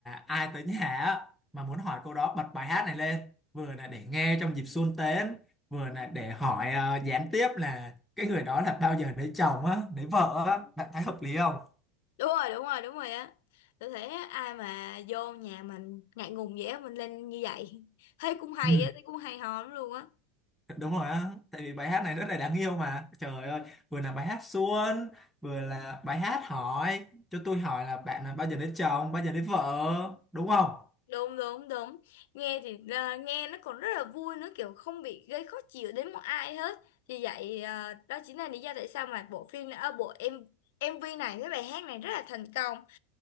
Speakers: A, in the centre; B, on the left.
A: ai tới nhà á, mà muốn hỏi câu đó bật bài hát này lên vừa là để nghe trong dịp xuân tết vừa là để hỏi ờ, gián tiếp là cái người đó là bao giờ lấy chồng á, lấy vợ á, bạn thấy hợp lý không?
B: đúng rồi đúng rồi đúng rồi á tôi thấy á, ai mà vô nhà mình ngại ngùng vậy á, mình lên như vậy <laughs> thấy cũng hay
A: Ừ,
B: á thấy cũng hay ho lắm luôn á
A: đúng rồi á, tại vì bài hát này rất là đáng yêu mà. Trời ơi, vừa là bài hát xuân, vừa là bài hát hỏi cho tôi hỏi là bạn là bao giờ lấy chồng, bao giờ lấy vợ, đúng không?
B: đúng đúng đúng nghe thì ờ, nghe nó còn rất là vui nữa kiểu không bị gây khó chịu đến một ai hết vì vậy ờ, đó chính là lý do tại sao mà bộ phim uh, bộ em em MV này với bài hát này rất là thành công